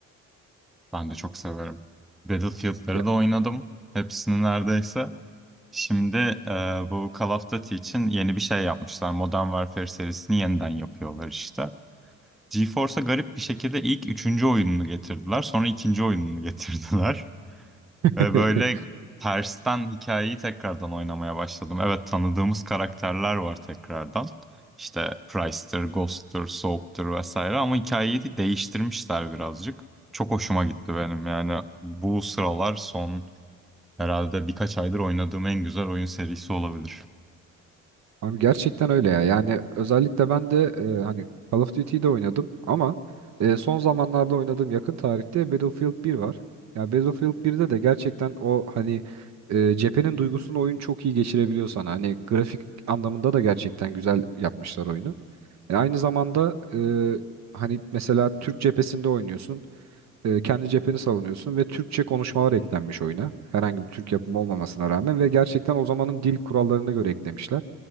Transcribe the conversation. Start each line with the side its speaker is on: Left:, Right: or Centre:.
Centre: Ben de çok severim. Battlefield'ları
Right: Ya-
Centre: da oynadım. Hepsini neredeyse. Şimdi e, bu Call of Duty için yeni bir şey yapmışlar. Modern Warfare serisini yeniden yapıyorlar işte. GeForce'a garip bir şekilde ilk üçüncü oyununu getirdiler. Sonra ikinci oyununu getirdiler.
Right: <laughs>
Centre: Ve böyle tersten hikayeyi tekrardan oynamaya başladım. Evet tanıdığımız karakterler var tekrardan. İşte Price'tır, Ghost'tur, Soap'tur vesaire ama hikayeyi de değiştirmişler birazcık. Çok hoşuma gitti benim yani bu sıralar son herhalde birkaç aydır oynadığım en güzel oyun serisi olabilir.
Right: Abi gerçekten öyle ya. Yani özellikle ben de e, hani Call of Duty'yi de oynadım ama e, son zamanlarda oynadığım yakın tarihte Battlefield bir var. Ya Battlefield birde de gerçekten o hani e, cephenin duygusunu oyun çok iyi geçirebiliyor sana. Hani grafik anlamında da gerçekten güzel yapmışlar oyunu. E, aynı zamanda e, hani mesela Türk cephesinde oynuyorsun. E, kendi cepheni savunuyorsun ve Türkçe konuşmalar eklenmiş oyuna. Herhangi bir Türk yapımı olmamasına rağmen ve gerçekten o zamanın dil kurallarına göre eklemişler.